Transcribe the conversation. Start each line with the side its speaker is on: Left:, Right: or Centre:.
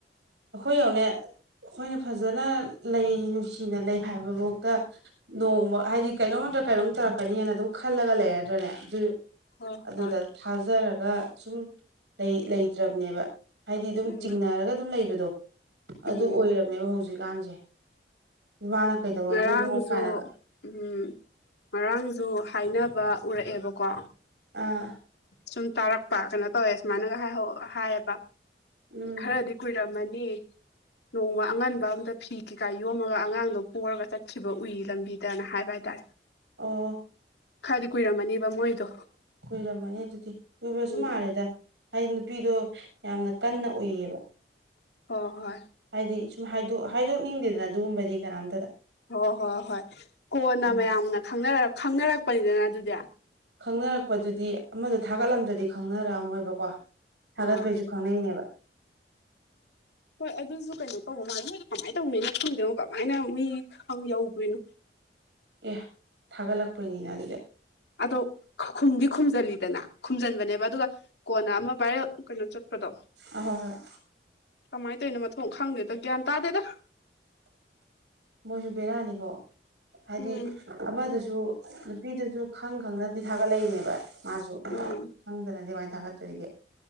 Right: ꯑꯩꯈꯣꯏ ꯑꯣꯏꯅꯅꯦ ꯑꯩꯈꯣꯏꯅ ꯐꯖꯅ ꯂꯩꯔꯤ ꯅꯨꯡꯁꯤꯅ ꯂꯩ ꯍꯥꯏꯕꯐꯥꯎꯗ ꯅꯣꯡꯃ ꯍꯥꯏꯗꯤ ꯀꯩꯅꯣꯝ ꯑꯝꯗ ꯀꯩꯅꯣꯝ ꯇꯧꯔꯛꯀꯅꯤꯅ ꯑꯗꯨꯝ ꯈꯜꯂꯒ ꯂꯩꯗ꯭ꯔꯅꯦ ꯑꯗꯨ
Left: ꯍꯣꯏ
Right: ꯑꯗꯨꯗ
Left: ꯍꯣꯏ
Right: ꯊꯥꯖꯔꯒ ꯁꯨꯝ ꯂꯩꯇ꯭ꯔꯕꯅꯦꯕ ꯍꯥꯏꯗꯤ ꯑꯗꯨꯝ
Left: ꯎꯝ
Right: ꯆꯤꯡꯅꯔꯒ ꯑꯗꯨꯝ ꯂꯩꯕꯗꯣ ꯑꯗꯨ
Left: ꯎꯝ
Right: ꯑꯣꯏꯔꯕꯅꯦꯕ ꯍꯧꯖꯤꯛꯀꯥꯟꯁꯦ ꯃꯥꯅ ꯀꯩꯗꯧꯔꯛꯇꯣꯏꯅꯣ
Left: ꯉꯔꯥꯡꯁꯨ
Right: ꯀꯥꯏꯅꯒ
Left: ꯎ ꯉꯔꯥꯡꯁꯨ ꯍꯥꯏꯅꯕ ꯎꯔꯛꯑꯦꯕꯀꯣ
Right: ꯑꯥ
Left: ꯁꯨꯝ ꯇꯥꯔꯛꯄ ꯀꯩꯅꯣ ꯇꯧꯋꯦ ꯁꯨꯃꯥꯏꯅꯒ ꯍꯥꯏꯌꯦꯕ
Right: ꯎꯝ
Left: ꯈꯔꯗꯤ ꯀꯨꯏꯔꯝꯃꯅꯤ ꯍꯅꯤ ꯅꯣꯡꯃ ꯑꯉꯟꯕ ꯑꯝꯗ ꯐꯤ ꯀꯩꯀꯥ ꯌꯣꯝꯃꯒ ꯑꯉꯥꯡꯗꯣ ꯄꯔꯒ ꯆꯠꯈꯤꯕ ꯎꯏ ꯂꯝꯕꯤꯗꯅ ꯍꯥꯏꯕ ꯍꯥꯏꯇꯥꯔꯦ
Right: ꯑꯣ
Left: ꯈꯔꯗꯤ ꯀꯨꯏꯔꯝꯃꯅꯦꯕ ꯃꯣꯏꯗꯣ
Right: ꯀꯨꯏꯔꯝꯃꯅꯤ ꯑꯗꯨꯗꯤ ꯀꯨꯏꯕꯁꯨ
Left: ꯎꯝ
Right: ꯃꯥꯜꯂꯦꯗꯩꯅ ꯅꯨꯄꯤꯗꯣ ꯌꯥꯝꯅ ꯀꯟꯅ ꯎꯏꯌꯦꯕ
Left: ꯍ ꯍꯣꯏ
Right: ꯍꯥꯏꯗꯤ ꯁꯨꯝ ꯍꯥꯏꯗꯣꯛꯅꯤꯡꯗꯦꯗꯅ ꯑꯗꯨꯒꯨꯝꯕꯗꯤ ꯀꯅꯥꯝꯇꯗ
Left: ꯍꯣꯏ ꯍꯣꯏ ꯍꯣꯏ ꯀꯣꯟꯅ
Right: ꯎꯝ
Left: ꯃꯌꯥꯝꯅ ꯈꯪꯅꯔꯛꯄꯅꯤꯗꯅ ꯑꯗꯨꯗꯤ
Right: ꯈꯪꯅꯔꯛꯄꯗꯨꯗꯤ ꯑꯃꯗꯣ ꯊꯥꯒꯠꯂꯝꯗ꯭ꯔꯗꯤ ꯈꯪꯅꯔꯛꯑꯝꯃꯣꯏꯕꯀꯣ ꯊꯥꯒꯠꯄꯩꯁꯨ
Left: ꯑꯥ
Right: ꯈꯪꯅꯩꯅꯦꯕ
Left: ꯍꯣꯏ ꯑꯗꯨꯁꯨ ꯀꯩꯅꯣ ꯇꯧ ꯃꯥ ꯀꯃꯥꯏꯅ ꯇꯧꯅꯩꯅ ꯐꯗꯅꯨ ꯀꯃꯥꯏꯅ ꯃꯤ ꯌꯧꯈꯣꯏꯅꯣ
Right: ꯑꯦ ꯊꯥꯒꯠꯂꯛꯄꯩꯅꯤꯅ ꯑꯗꯨꯗꯤ
Left: ꯑꯗꯣꯈꯨꯝꯗꯤ ꯈꯨꯝꯖꯤꯜꯂꯤꯗꯅ ꯈꯨꯝꯖꯤꯟꯕꯅꯦꯕ ꯑꯗꯨꯒ ꯀꯣꯟꯅ ꯑꯃ ꯚꯥꯏꯔ ꯀꯩꯅꯣ ꯆꯠꯄꯗꯣ
Right: ꯑꯍꯣꯏ ꯍꯣꯏ
Left: ꯀꯃꯥꯏꯅ ꯇꯧꯔꯤꯅꯣ ꯃꯊꯣꯡ ꯈꯪꯗꯦꯗ ꯒ꯭ꯌꯥꯟ ꯇꯥꯗꯦꯗ
Right: ꯃꯣꯏꯁꯨ ꯕꯦꯔꯥꯅꯤꯀꯣ ꯍꯥꯏꯗꯤ
Left: ꯎꯝ
Right: ꯑꯃꯗꯁꯨ ꯅꯨꯄꯤꯗꯨꯁꯨ ꯈꯪ ꯈꯪꯗꯅꯗꯤ ꯊꯥꯒꯠꯂꯛꯏꯅꯦꯕ ꯃꯥꯁꯨ
Left: ꯎꯝ
Right: ꯈꯪꯗꯅꯗꯤ ꯀꯃꯥꯏꯅ ꯊꯥꯒꯠꯇꯣꯔꯤꯒꯦ